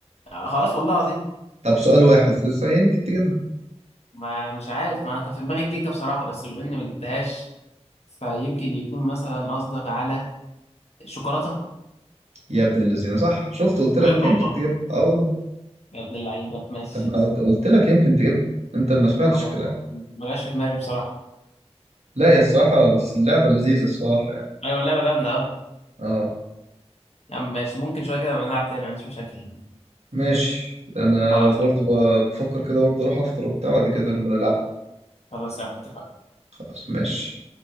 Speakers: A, on the left; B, on the right.
A: خلاص والله العظيم
B: طب سؤال واحد لسه يمكن تجيبها
A: ما مش عارف ما انا كان في دماغي الكيكه بصراحه بس بما اني ما جبتهاش فيمكن يكون مثلا قصدك على الشوكولاته
B: يا ابن الذين صح شفت قلت
A: بجد
B: لك يمكن
A: والله
B: تجيبها اه والله
A: يا ابن اللعيبه ماشي
B: طب ما انا قلت قلت لك يمكن تجيبها انت ما سمعتش
A: انا ما
B: الكلام
A: ما جاش في دماغي بصراحه
B: لا هي الصراحة بس اللعبة لذيذة الصراحة يعني
A: ايوه اللعبه جامده اهو
B: اه
A: يا عم ماشي ممكن شويه كده نبقى نلعب تاني ما عنديش مشاكل
B: ماشي انا
A: خلاص
B: برضو
A: يا عم
B: ب- بفكر كده برضو اروح افطر وبتاع بعد كده نبقى نلعب
A: خلاص يا عم اتفقنا
B: خلاص ماشي